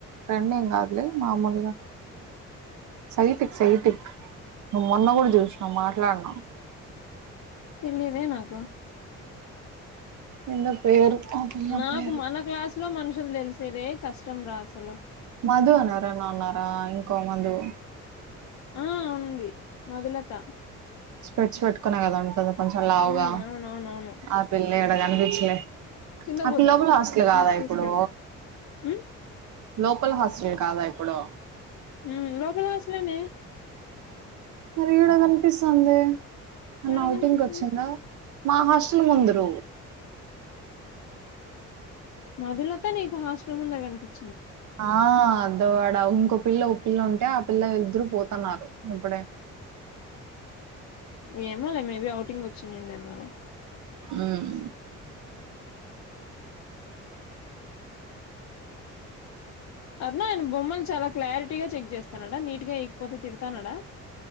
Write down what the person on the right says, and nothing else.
ట్రెండ్ ఏమ్ కాదులే మామూలుగా సైట్ సైట్ నువ్వు మొన్న కూడా చూసినావు మాట్లాడినా
ఎందో పేరు ఆ పిల్ల
పేరు
మధు అని ఎవరైనా ఉన్నారా ఇంకో మధు
స్పెక్ట్స్ పెట్టుకునే కదా ఉంటుంది కొంచెం లావుగా
ఆ పిల్ల ఎడగానిపించ యస్
అ
పిల్ల కూడా హాస్టల్
కాదా
ఇప్పుడు
లోపల్ హాస్టల్ కాదా ఇప్పుడు
మరి ఇడా కనిపిస్తోంది అమన్న
ఔటింగ్కి
వచ్చిందా మా హాస్టల్ ముందు రు
ఆ పెద్దవాడ ఇంకో పిల్ల ఒ పిల్ల ఉంటే ఆ పిల్ల ఇద్దరు పోతాన్నారు ఇప్పుడే
ఆమ్